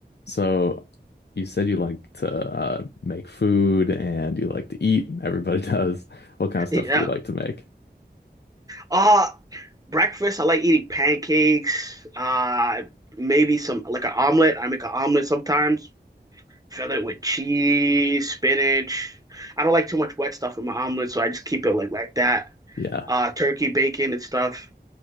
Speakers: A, on the left; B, on the right.
A: So you said you like to uh, make food and you like to eat. <laughs> Everybody does. What kind of stuff
B: Yeah.
A: do you like to make?
B: Uh breakfast, I like eating pancakes, uh maybe some like an omelet. I make an omelet sometimes, fill it with cheese, spinach. I don't like too much wet stuff in my omelet, so I just keep it like like that.
A: Yeah.
B: Uh turkey, bacon and stuff.